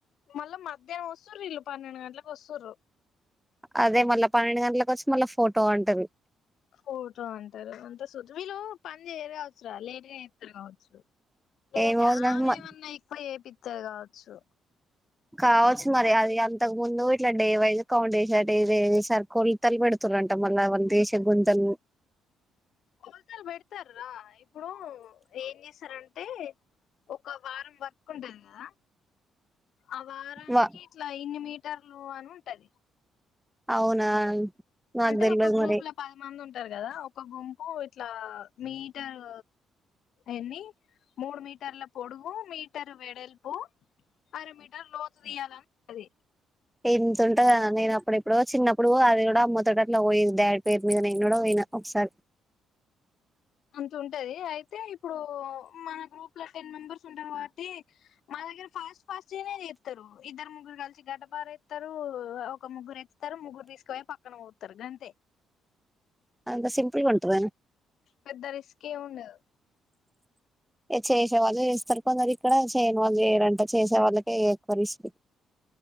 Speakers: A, on the left (about 65°); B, in the centre.
A: మళ్ళా మధ్యాహ్నం వస్తు్ర ఇల్లు పన్నెండు గంటలలకు వస్తు్ర
B: అదే మళ్ళా పన్నెండు గంటలలకు వచ్చి మళ్ళా ఫోటో అంటది
A: ఫోటో అంటారు అంత సూ వీళ్ళు పని చేయ్యరు కావచ్చురా లేట్గా చేస్తారు కావచ్చు లేదంటే
B: ఏమో వదిన
A: ఆమె ఏమన్నా ఎక్కువ ఏపిస్తారు కావచ్చు
B: కావచ్చు మరి అది అంతకు ముందు ఇట్లా ఏ వైజ్ కౌండ్ చేసటట్ ఇదిసారి కొలతలు పెడుతున్న అంట మళ్ీ వళ దేశ గ గుంజల్
A: కొలతలు పెడతార రా ఇప్పుడు ఏం చేస్తారంట అతే ఒక వారం వరకు ఉంటంది కదా ఆ వారానికి
B: వా
A: ఇట్లా ఇన్ని మీటర్లు అని ఉంటది
B: అవునా నాకు
A: అంటే
B: తెల్వదు
A: ఒక గ్రూప్
B: మరి
A: లో పది మంది ఉంటారు కదా ఒక గుంపు ఇట్లా మీటరు ఎన్ని మూడు మీటర్ల పొడుగు మీ ఆరా మీటర్ వెడలుపు అర మీటర్ లోతు తీయాలనిది
B: ఎంతంట కదా నేను అప్పుడ ఎప్పుడుో చిన్నప్పుడు అది కూడా అమ్మతోో అట్లా పో డాడ్ పే మీద నేను కూడా పోయి ఒకసారి
A: అంత ఉంటది అయితే ఇప్పుడు మన గ్రూప్ లో టెన్ మెంబర్స్ ఉంటాారు వాటి మ ఫాస్ట్ ఫాస్ట్నేది ఇతరుారు ఇద్దరు ముగ్గురు కలిసి గడ్డ బార ఎస్తారు ఒక ముగ్గురు ఎతారు ముగ్గురు తీసుకుపోి పక్కన పోతారు గంతే
B: అంతా సింపుల్ గా ఉంటదా
A: పెద్ద రిస్క్ ఏం ఉండదు
B: చేసే వాళ్ళు చేస్తారు కొందరు ఇక్కడ చేయని వాళ్ళు చేయరంట చేసే వాళ్ళకే ఎక్కువ రిస్క్